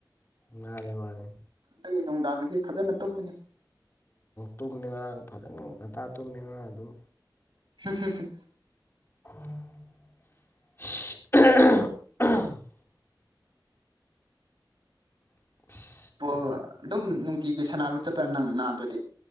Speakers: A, on the left; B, on the right.
A: ꯃꯥꯅꯦ ꯃꯥꯅꯦ
B: ꯑꯗꯨꯒꯤ ꯅꯨꯡꯗꯥꯡꯗꯗꯤ ꯐꯖꯅ ꯇꯨꯝꯕꯅꯤ
A: ꯇꯨꯝꯃꯤ ꯉꯔꯥꯡ ꯐꯖꯅ ꯉꯟꯇꯥ ꯇꯨꯝꯃꯤ ꯉꯔꯥꯡ ꯑꯗꯨꯝ
B: ꯁꯦ ꯁꯦ ꯁꯦ
A: ꯑꯍꯝ ꯑꯍꯝ ꯑꯍꯝ <inaudible>
B: ꯑꯣ ꯑꯗꯨꯝ ꯅꯨꯡꯇꯤꯒꯤ ꯁꯥꯟꯅꯕ ꯆꯠꯄ ꯅꯪ ꯅꯥꯗ꯭ꯔꯗꯤ